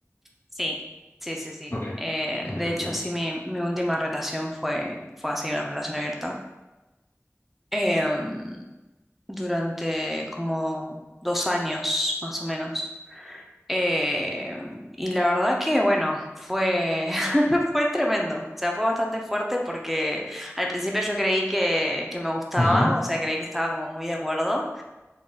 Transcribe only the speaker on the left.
Ok,
ok,
ok.
Ujú,